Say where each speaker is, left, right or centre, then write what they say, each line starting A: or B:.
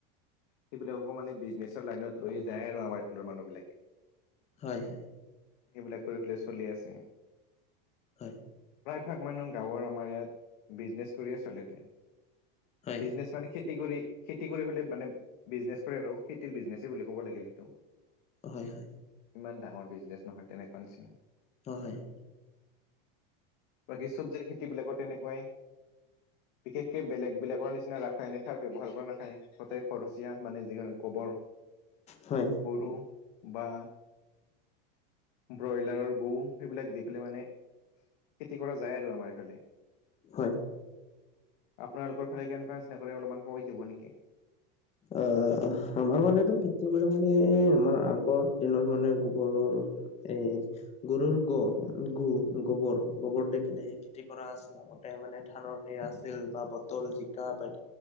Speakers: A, on the left; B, on the left.
A: সেইবিলাকো মানে বিজনেচৰ লাইনত লৈয়ে যায় আৰু আমাৰ ফালৰ মানুহ বিলাকে',
B: হয়', - হয়',
A: সেইবিলাক কৰি পেলাই চলি আছে',
B: হয়',
A: প্ৰায়ভাগ মানুহ গাঁৱৰ আমাৰ ইয়াত বিজনেচ কৰিয়ে চলে এতিয়া',
B: হয় হয়
A: বিজনেচ',
B: হয়
A: মানে, খেতি কৰি খেতি কৰি পেলাই মানে', বিজনেচ কৰে আৰু খেতিৰ বিজনেচে বুলি ক'ব লাগিল সেইটো',
B: হয়', হয়',
A: ইমান ডাঙৰ বিজনেচ নহয় তেনেকুৱা নিচিনা',
B: হুম', হুম',
A: বাকী চব্জিৰ খেতি বিলাকো তেনেকুৱাই', বিশেষকে বেলেগ বেলেগৰ নিচিনা ৰাসায়নিক সাৰ ব্যৱহাৰ কৰা ৰাসায়নিক', তাতেই খৰচীয়া মানে যি গোবৰ',
B: হয়',
A: কৰোঁ', বা', ব্ৰইলাৰৰ গু সেইবিলাক দি পেলাই মানে', খেতি কৰা যায় আৰু আমাৰ এইফালে',
B: হয়',
A: আপোনালোকৰ ফালে কেনকা স্প্ৰে কৰে অলপমান কৈ দিব নেকি?
B: অ', আমাৰ মানেটো খেতি বুলি ক'লে আমাৰ আগৰ দিনৰ মানে গোবৰৰ', এ', গৰুৰ গ', - গু', - গোবৰ, গোবৰ দি কেনে', খেতি কৰা আছিল, আগতে মানে ধানতে আছিল বা পটল, জিকা পাই